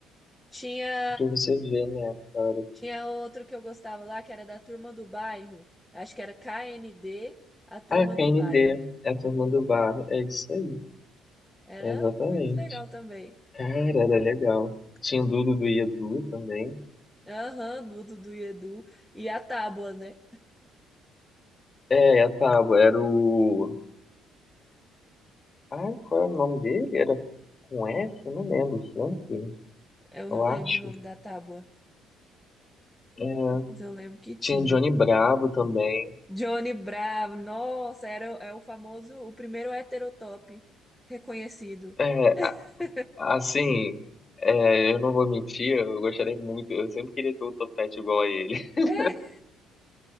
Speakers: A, in the centre; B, on the left (about 30°).
A: Tinha
B: O que você vê, né, cara?
A: tinha outro que eu gostava lá que era da turma do bairro. Acho que era K N D a turma
B: Ah, KND.
A: do bairro.
B: É a turma do bar. É isso aí.
A: Era
B: É exatamente.
A: muito legal também.
B: Cara, era legal. Tinha o Dudu do Edu também.
A: Aham, do Dudu e Edu e a tábua, né?
B: É, a Tábua era o... Ai, qual era o nome dele? Era com F? Eu não lembro. Franklin,
A: Eu
B: eu
A: não
B: acho.
A: lembro o nome da tábua,
B: É.
A: mas eu lembro que tinha.
B: Tinha Johnny Bravo também.
A: Johnny Bravo, nossa, era, o- é o famoso, o primeiro heterotop reconhecido.
B: É,
A: <laughs>
B: Assim, é, eu não vou mentir, eu gostaria muito, eu sempre queria ter um topete igual a ele. <laughs>
A: É,